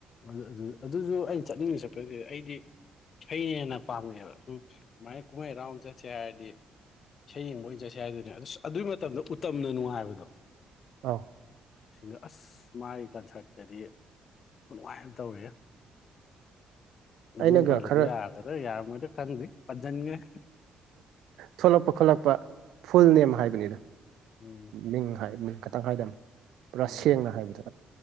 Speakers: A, on the left; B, on the right.
A: ꯑꯗꯨ ꯑꯗꯨꯗ ꯑꯗꯨꯁꯨ ꯑꯩ ꯆꯠꯅꯤꯡꯅ ꯆꯠꯄ ꯅꯠꯇꯦꯗ ꯑꯩꯗꯤ ꯏꯁꯩꯩꯅ ꯍꯦꯟꯅ ꯄꯥꯝꯃꯦ ꯍꯥꯏꯕ ꯑꯗꯨꯃꯥꯏꯅ ꯀꯨꯝꯍꯩ ꯍꯔꯥꯎ ꯑꯃ ꯆꯠꯁꯦ ꯍꯥꯏꯔꯗꯤ ꯏꯁꯩ ꯌꯦꯡꯕ ꯑꯣꯏꯅ ꯆꯠꯁꯦ ꯍꯥꯏꯗꯨꯅꯦꯕ ꯑꯗꯨꯁꯨ ꯑꯗꯨꯏ ꯃꯇꯝꯗ ꯎꯇꯝꯅ ꯅꯨꯡꯉꯥꯏꯕꯗꯣ
B: ꯑꯥꯎ
A: ꯁꯤꯡꯒꯔ ꯑꯁ ꯃꯥꯒꯤ ꯀꯟꯁꯔꯠꯇꯗꯤ ꯈꯨꯅꯨꯡꯉꯥꯏ ꯑꯝ ꯇꯧꯔꯦꯍꯦ
B: <inaudible>
A: ꯃꯃꯤꯡ
B: ꯑꯩꯅꯒ
A: ꯄꯜꯕꯗꯨ
B: ꯈꯔ
A: ꯌꯥꯒꯗ꯭ꯔ ꯌꯥꯔꯝꯃꯣꯏꯗ꯭ꯔ ꯈꯪꯗ꯭ꯔꯤ ꯄꯟꯖꯟꯈ꯭ꯔꯦ
B: ꯊꯣꯂꯛꯄ ꯈꯣꯂꯛꯄ ꯐꯨꯜ ꯅꯦꯝ ꯍꯥꯏꯕꯅꯤꯗ
A: ꯎꯝ
B: ꯃꯤꯡ ꯍꯥꯏ ꯃꯤꯡ ꯇꯪ ꯍꯥꯏꯗꯕꯅꯤ ꯄꯨꯔꯥ
A: ꯎꯝ
B: ꯁꯦꯡꯅ ꯍꯥꯏꯕꯗꯣ